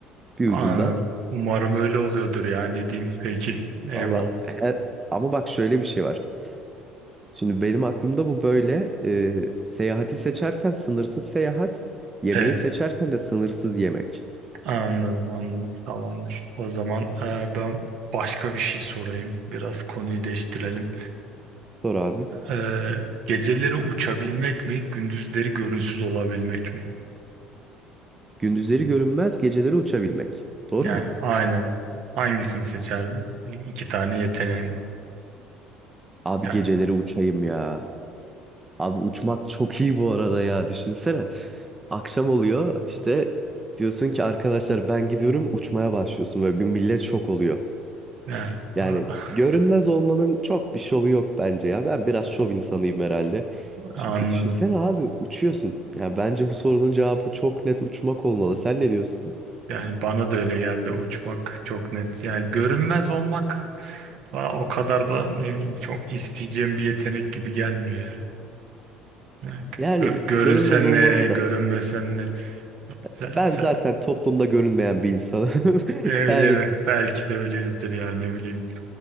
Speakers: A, on the right; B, on the right.
A: bir
B: anladım.
A: ucundan.
B: Umarım öyle oluyordur ya ne diyeyim. Peki. Eyvallah.
A: Valla he- ama bak şöyle bir şey var. Şimdi benim aklımda bu böyle e, seyahati seçersen sınırsız seyahat, yemeği
B: Ee,
A: seçersen de sınırsız yemek.
B: Anladım anladım tamamdır. O zaman e, ben başka bir şey sorayım. Biraz konuyu değiştirelim.
A: Sor abi.
B: E, geceleri uçabilmek mi, gündüzleri görünsüz olabilmek mi?
A: Gündüzleri görünmez, geceleri uçabilmek. Doğru
B: Yani
A: mu?
B: aynen. Hangisini seçerdin? İki tane yeteneğim var.
A: Abi
B: Yani,
A: geceleri uçayım ya. Abi uçmak çok iyi bu arada ya. Düşünsene. Akşam oluyor işte diyorsun ki arkadaşlar ben gidiyorum uçmaya başlıyorsun. Böyle bir millet şok oluyor.
B: yani, ah,
A: Yani görünmez olmanın çok bir şovu yok bence ya. Ben biraz şov insanıyım herhalde.
B: anladım.
A: Çünkü düşünsene abi uçuyorsun. Ya bence bu sorunun cevabı çok net uçmak olmalı. Sen ne diyorsun?
B: Yani bana da öyle geldi uçmak çok net. Yani görünmez olmak bana o kadar da ne bileyim çok isteyeceğim bir yetenek gibi gelmiyor ya. Yani
A: Yani
B: gö- görünsen
A: görünmez olmanın
B: ne, görünmesen
A: da
B: ne. Sen,
A: Ben
B: sen,
A: zaten toplumda görünmeyen bir insanım. <laughs>
B: E, öyle
A: Yani,
B: mi? Belki de öyleyizdir ya ne bileyim.